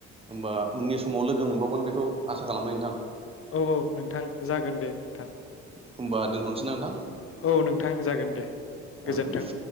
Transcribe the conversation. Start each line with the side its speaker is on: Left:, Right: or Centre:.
Right: होमबा उननि समाव लोगो मोनबावगोन बेखौ आसा खालामबाय नोंथां।
Left: औ औ नोंथां जागोन दे नोंथां
Right: होमबा दोनथ'नोसै ना नोंथां
Left: औ नोंथां जागोन दे
Right: औ
Left: गोजोन्थों।
Right: दे